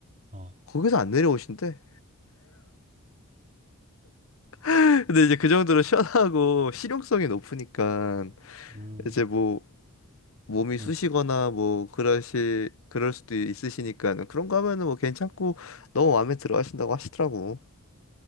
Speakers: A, on the right; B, on the left.
A: 어,
B: 거기서 안 내려오신대. <laughs> 근데 이제 그 정도로 시원하고 실용성이 높으니까
A: 음,
B: 이제 뭐 몸이 쑤시거나
A: 음.
B: 뭐 그러실 그럴 수도 있으시니까는 그런 거 하면은 뭐 괜찮고 너무 마음에 들어 하신다고 하시더라고.